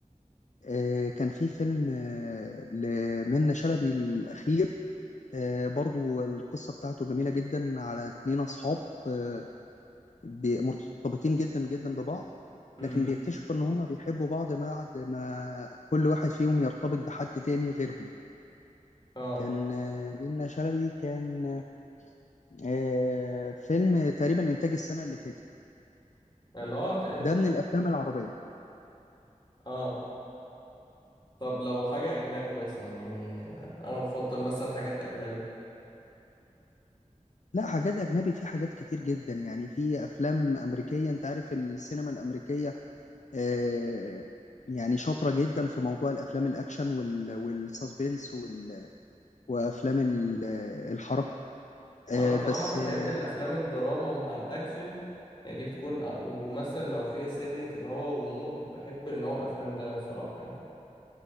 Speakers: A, on the left; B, on the left.
A: آه، كان في فيلم آه، لمنة شلبي الأخير آه، برضو القصة بتاعته جميلة جدا على اتنين أصحاب آه، بي- مرتبطين جدا جدا ببعض
B: مم.
A: لكن بيكتشفوا إن هما بيحبوا بعض بعد ما كل واحد فيهم يرتبط بحد تاني غيرهم
B: اه
A: كان آه، منة شلبي كان آه، فيلم تقريبا إنتاج السنة اللي فاتت
B: يعني لو هت-
A: ده من الأفلام العربية
B: اه طب لو حاجة أجنبي مثلا يعني آه، أنا بفضل مثلا حاجات أجنبي
A: لا حاجات أجنبي في حاجات كتير جدا يعني في أفلام أمريكية أنت عارف السينما الأمريكية آه، يعني شاطرة جدا في موضوع الأفلام الأكشن وال- والساسبنس وال وافلام ال- الحركه
B: وانا
A: آه
B: بصراحة
A: بس
B: بحب
A: آه
B: الافلام الدراما مع الاكشن يعني دي بتكون أ- ومثلا لو فيها سنة اللي هو غموض بحب نوع الافلام ده صراحة يعني